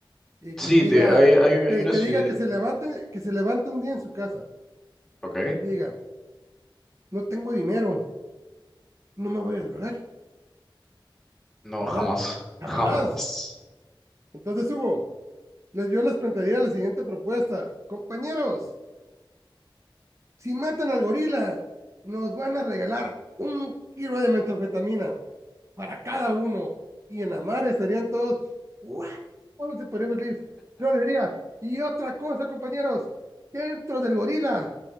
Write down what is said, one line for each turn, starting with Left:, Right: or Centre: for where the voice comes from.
Right: y
Centre: Sí,
Right: que diga,
Centre: de, hay, hay, hay
Right: que,
Centre: una
Right: que
Centre: ciudad.
Right: diga que se levante, que se levante un día en su casa,
Centre: Ok.
Right: diga, no tengo dinero, no me voy a drogar
Centre: No,
Right: ¿verdad?
Centre: jamás. <laughs>
Right: Jamás.
Centre: Jamás.
Right: Entonces, Hugo, les, yo les plantearía la siguiente propuesta. Compañeros, si matan al gorila, nos van a regalar un kilo de metanfetamina para cada uno. Y en la madre estarían todos, ¡wow! Se ponían felices. Yo les diría, y otra cosa, compañeros, dentro del gorila